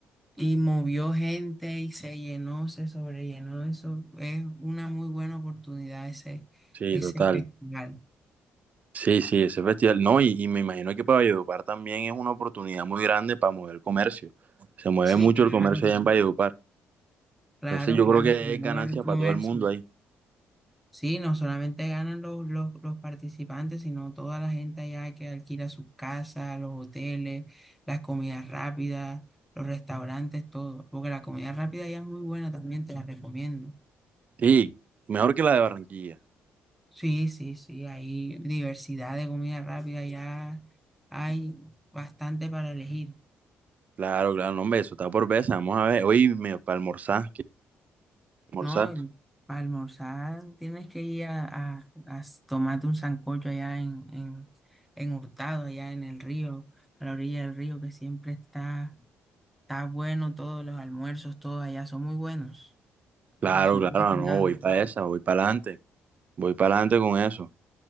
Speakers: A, in the centre; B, on the right.
A: Y movió gente y se llenó, se sobrellenó. Eso es una muy buena oportunidad, ese,
B: Sí,
A: ese
B: total.
A: festival.
B: Sí, sí, ese festival. No, y, y me imagino que para Valledupar también es una oportunidad muy grande para mover el comercio. Se mueve
A: Sí,
B: mucho
A: claro,
B: el comercio allá en Valledupar.
A: claro,
B: Entonces yo
A: claro,
B: creo que
A: se mueve
B: es ganancia
A: el comercio.
B: para todo el mundo ahí.
A: Sí, no solamente ganan los, los, los participantes, sino toda la gente allá que alquila sus casas, los hoteles, las comidas rápidas, los restaurantes, todo. Porque la comida rápida ya es muy buena también, te la recomiendo.
B: Sí, mejor que la de Barranquilla.
A: Sí, sí, sí, hay diversidad de comida rápida, ya hay bastante para elegir,
B: Claro, claro, no, hombre, eso está por veces. Vamos a ver, oye, me- para almorzar, ¿qué almorzar?
A: ¿no? Y Para almorzar tienes que ir a, a- a s- tomarte un sancocho allá en, en, en Hurtado, allá en el río, a la orilla del río, que siempre está, está bueno, todos los almuerzos, todos allá son muy buenos,
B: Claro,
A: re- son
B: claro,
A: recomendados.
B: no, voy para esa, voy para adelante, voy para adelante con eso.